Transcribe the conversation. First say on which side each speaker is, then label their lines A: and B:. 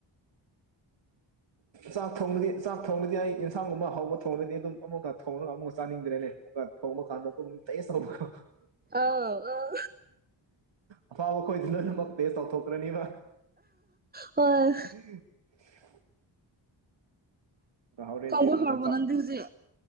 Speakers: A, on the right; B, on the right.
A: ꯆꯥꯛ ꯊꯣꯡꯗꯤ ꯆꯥꯛ ꯊꯣꯡꯅꯗꯤ ꯑꯩ ꯌꯦꯟꯁꯥꯡꯒꯨꯝꯕ ꯍꯧꯕ ꯊꯣꯡꯅꯗꯤ ꯑꯗꯨꯝ ꯑꯃꯨꯛꯀ ꯊꯣꯡꯔꯒ ꯑꯃꯨꯛꯀ ꯆꯥꯅꯤꯡꯗ꯭ꯔꯦꯅꯦ ꯊꯣꯡꯕ ꯀꯥꯟꯗ ꯑꯗꯨꯝ ꯇꯩꯁ ꯇ
B: ꯑꯥꯎ ꯑꯥ
A: ꯑꯐꯥꯕ ꯈꯣꯏꯗꯤ ꯂꯣꯏꯅꯃꯛ ꯇꯦꯁ ꯇꯧꯊꯣꯛꯈ꯭ꯔꯅꯤꯕ
B: ꯍꯣꯏ
A: ꯎ <inaudible> ꯥꯎꯔꯗꯤ
B: ꯊꯣꯡꯕ
A: ꯃꯒꯥ
B: ꯍꯧꯔꯕꯣ
A: ꯆ
B: ꯅꯪꯗꯤ ꯍꯧꯖꯤꯛ